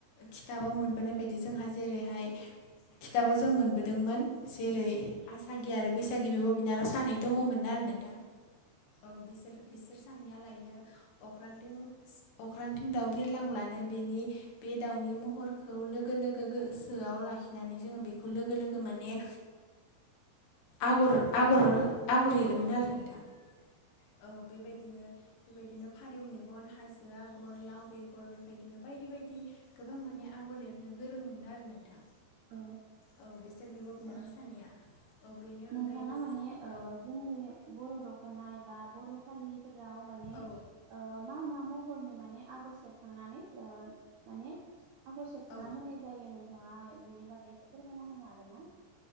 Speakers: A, on the left; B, on the right.
A: खिथाबाव मोनबोनाय बायदि जोंहा जेरैहाय खिथाबाव जों मोनबोदोंमोन। जेरै आसागि आरो बैसागि बिब' बिनानाव सानै दङमोन आरो नोंथां। औ बिसोर बिसोर सानैया लायनो अख्रांथिं अख्रां दाउ बिरलां लानो बेनि बे दाउनि महर खौ लोगो लोगो गोसोआव लाखिनानै जोङो बेखौ लोगो लोगो माने आगर आगर आगर एरोमोन आरो नोंथां। औ बेबायदिनो बेबायदिनो फारौ मेगन हाजो आ आगर लाव बेगर बेबायदिनो बायदि बायदि गोबां माने आगर एरनो गोरों मोनो आरो नोंथां
B: औ
A: औ बिसोर बिब' बिनानाव
B: औ
A: सानैया औ बेनि अनगायैबो
B: नोंथाङा माने ओ
A: औ
B: जोंनि बर' दख'ना एबा बर' फालिफोराव माने
A: औ
B: ओ मा मा महरनि माने आगर सेबखांनानै ओ माने आगर सेबखांना
A: औ
B: होनाय जायो नोंथाङा बिनि बागै एसे फोरमायना होनो हागोन ना?